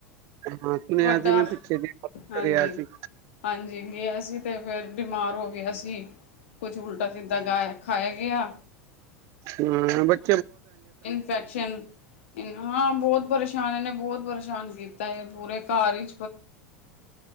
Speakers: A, on the right; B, on the left.
A: ਹਾਂ ਸੁਣਿਆ
B: ਵੱਡਾ
A: ਸੀ ਮੈਂ ਪਿੱਛੇ ਜੇ
B: ਹਾਂਜੀ
A: ਕਰਿਆ ਸੀ
B: ਹਾਂਜੀ ਗਿਆ ਸੀ। ਤੇ ਫਿਰ ਬਿਮਾਰ ਹੋ ਗਿਆ ਸੀ ਕੁਝ ਉਲਟਾ ਸਿੱਧਾ ਗਾਇਆ ਖਾਇਆ ਗਿਆ
A: ਹਮ ਬਟ
B: ਇਨਫੈਕਸ਼ਨ। ਹਾਂ ਬਹੁਤ ਪਰੇਸ਼ਾਨ ਇਨੇ ਬਹੁਤ ਪਰੇ ਪਰੇਸ਼ਾਨ ਕੀਤਾ ਹੈ। ਪੂਰੇ ਘਰ ਹੀ